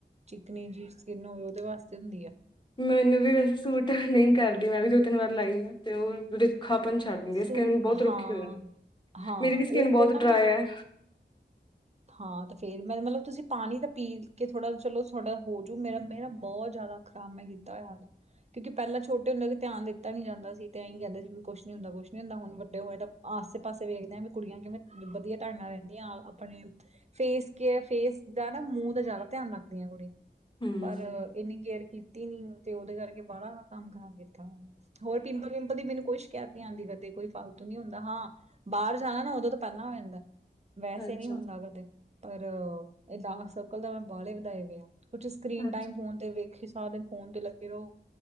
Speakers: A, on the right; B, on the left.
A: ਚਿਕਨੀ ਜਿ ਸਕਿੰਨ ਹੋਵੇ ਉਹਦੇ ਵਾਸਤੇ ਹੁੰਦੀ ਆ
B: ਮੈਨੂੰ ਵੀ ਵੈਸੇ ਸੂਟ ਨਹੀਂ ਕਰਦੀ ਮੈਂ ਵੀ ਦੋ ਤਿੰਨ ਵਾਰ ਲਾਈ ਆ ਤੇ ਉਹ ੁ ਖਾਪਨ ਛੱਡ ਦਿੰਦੀ
A: ਸੂ
B: ਸਕਿੰਨ ਬਹੁਤ
A: ਹਾਂ
B: ਰੁੱਖੀ ਹੋ
A: ਹਾਂ
B: ਮੇਰੀ ਵੀ ਸਕਿੰਨ
A: ਉਹ
B: ਬਹੁਤ
A: ਫਿਰ ਨਾ
B: ਡਰਾਏ
A: ਮੈਂ
B: ਹੈ
A: ਹਾਂ ਤੇ ਫੇਰ ਮੈਂ ਮਤਲਬ ਤੁਸੀਂ ਪਾਣੀ ਤਾਂ ਪੀ ਕੇ ਥੋੜਾ ਚਲੋ ਤੁਥਹਾਡਾ ਹੋਜਊ ਮੇਰਾ ਮੇਰਾ ਬਹੁਤ ਜ਼ਿਆਦਾ ਕੰਮ ਮੈਂ ਕੀਤਾ ਹੋਇਆ ਉਹਦੇ। ਕਿਉਂਕਿ ਪਹਿਲਾਂ ਛੋਟੇ ਹੁੰਦਿਆਂ ਤੇ ਧਿਆਨ ਦਿੱਤਾ ਨੀ ਜਾਂਦਾ ਸੀ ਤੇ ਇਹੀ ਕਹਿੰਦੇ ਸੀ ਵੀ ਕੁਛ ਨੀ ਕੁਛ ਨੀ ਹੁੰਦਾ ਹੁਣ ਵੱਡੇ ਹੋਏ ਤਾਂ। ਆਸੇ ਪਾਸੇ ਵੇਖਦੇ ਆ ਵੀ ਕੁੜੀਆਂ ਕਿਵੇਂ ਵਧੀਆ ਢੰਗ ਨਾਲ ਰਹਿੰਦੀਆਂ ਆਪਣੇ। ਫੇਸ ਕੇਅਰ ਫੇਸ ਦਾ ਨਾ ਮੂੰਹ ਦਾ ਜ਼ਿਆਦਾ ਧਿਆਨ ਰੱਖਦੀਆਂ ਕੁੜੀਆਂ।
B: ਹਮ
A: ਪਰ ਇੰਨੀ ਕੇਅਰ ਕੀਤੀ ਨੀ ਤੇ ਉਹਦੇ ਕਰਕੇ ਵਾਲਾ ਇਹ ਕੰਮ ਖਰਾਬ ਕੀਤਾ ਹੋਇਆ ਹੈ। ਹੋਰ ਪਿੰਪਲ ਪਿੰਪਲ ਦੀ ਮੈਨੂੰ ਕੋਈ ਸ਼ਿਕਾਇਤ। ਧਿਆਨ ਦੇ ਆਉਂਦੇ ਕਦੇ ਕੋਈ ਫਾਲਤੂ ਨੀ ਹੁੰਦਾ ਹਾਂ ਬਾਹਰ ਜਾਣਾ ਨਾ ਉਦੋਂ ਤਾਂ ਪਹਿਲਾਂ ਹੋ ਜਾਂਦਾ ਹੈ। ਵੈਸੇ
B: ਅੱਛਾ
A: ਨਹੀਂ ਹੁੰਦਾ ਕਦੇ ਪਰ ਇ ਡਾਕ ਸਰ ਪਿੰਪਲ ਤਾਂ ਮੈਂ ਵਾਲੇ ਵਧਾਏ ਹੋਏ ਆਂ ਕੁਛ ਸਕਰੀਨ
B: ਅੱਛਾ
A: ਟਾਈਮ ਫੋਨ ਤੇ। ਕਿ ਸਾਰਾ ਦਿਨ ਫੋਨ ਤੇ ਲੱਗੇ ਰਹੋ